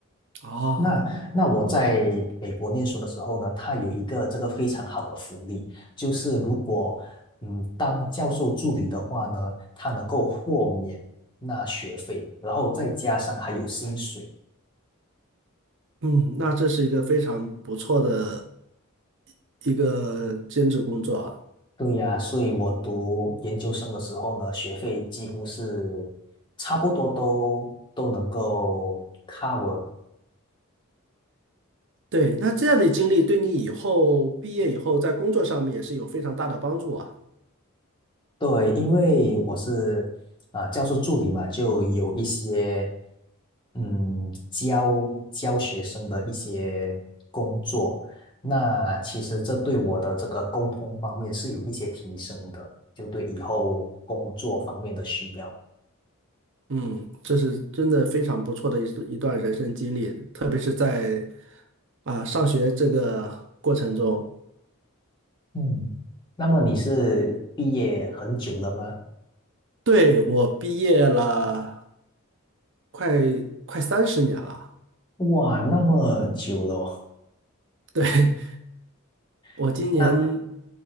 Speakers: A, on the right; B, on the left.
A: 哦。
B: 那那我在美国念书的时候呢，它有一个这个非常好的福利，就是如果嗯当教授助理的话呢，他能够豁免那学费，然后再加上还有薪水。
A: 嗯，那这是一个非常不错的一个兼职工作啊。
B: 对呀，所以我读研究生的时候呢，学费几乎是差不多都都能够 cover
A: 对，那这样的经历对你以后毕业以后在工作上面也是有非常大的帮助啊。
B: 对，因为我是啊，教授助理嘛，就有一些嗯教教学生的一些工作，那其实这对我的这个沟通方面是有一些提升的，就对以后工作方面的需要。
A: 嗯，这是真的非常不错的一一段人生经历，特别是在啊上学这个过程中。
B: 嗯，那么你是毕业很久了吗？
A: 嗯，对，我毕业了快快三十年了，
B: 哇，那么久了哦，
A: 对，<laughs> 我今年
B: <laughs> 那